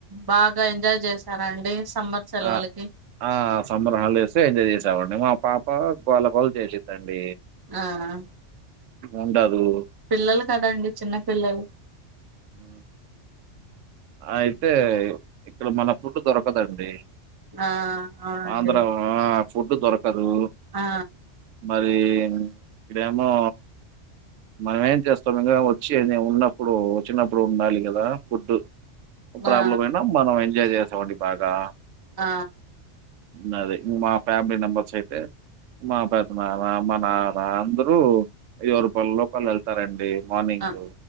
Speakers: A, on the right; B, on the right.
A: బాగా ఎంజాయ్ చేసారండి సమ్మర్ సెలవులకి
B: ఆహ్, ఆ సమ్మర్ హాలిడేస్ ఎంజాయ్ చేశామండి మా ప్ప పాల్ పాల్ చేసిద్దండి
A: ఆ
B: ఉండదు.
A: పిల్లలు కదండి చిన్న పిల్లలు
B: ఉ అయితే ఇక్కడ మన ఫుడ్ దొరకదండి
A: ఆ అవునండి
B: ఆంధ్ర ఫుడ్ దొరకరు
A: ఆ
B: మ రి ఈడేమో మనమేం చేస్తాం ఇంగ వచ్చి ఉన్నప్పుడు వచ్చినప్పుడు ఉండాలి కదా ఫుడ్ ప్రాబ్లం
A: ఆ
B: అయినా మనం ఎంజాయ్ చేస్తామండి బాగా
A: ఆ
B: ఇంగ అది మా ఫేమిలీ మెంబర్స్ అయితే మా పెద్ద నాన్న మా నాన్నా అందరూ ఎవరుపల్లులోక్ వాళ్ళు వెళ్తారండి మార్నింగ్
A: ఆ